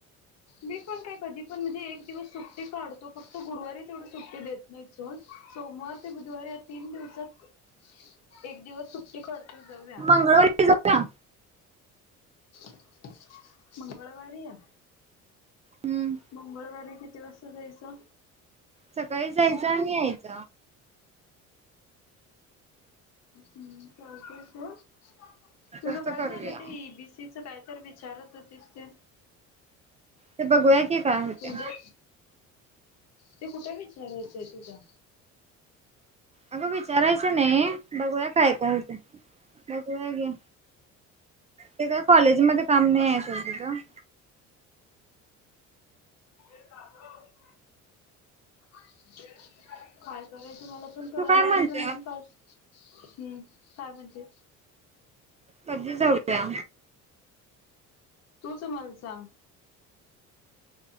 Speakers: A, on the left; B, on the right.
A: मी पण काय, कधी पण म्हणजे, एक दिवस सुट्टी काढतो, फक्त गुरुवारी तेवढ सुट्टी देत नहीत सोड. सोमवार ते बुधवार या तीन दिवसात, एक दिवस सुट्टी खड जाऊया. <inaudible>
B: मंगळवारी जाऊया.
A: <inaudible> मंगळवारी या.
B: हम्म
A: मंगळवारी किती वाजता जायचं?
B: सकाळी जायचं आणि यायच.
A: हम्म, चालतय सोड. तुझ
B: तसं
A: काय
B: करूया.
A: झालं ते? ई बी सीच काय तर वि चारत होतीस ते?
B: ते बघूया की, काय
A: म्हणजे
B: होते?
A: ते कुठे विचारायचंय तुझ्या?
B: अगं विचारायचं नई? बगूया काय काय हूतय? बगूया की. ते काय कॉलेज मध्ये काम नहीये सोड तूज.
A: <unintelligible> <inaudible> काय करायचं मला पण कळना,
B: तू काय
A: माझ
B: म्हणते?
A: पण अजून पास हम्म, काय म्हणते?
B: कधी जाऊ दया?
A: तूच मल सांग.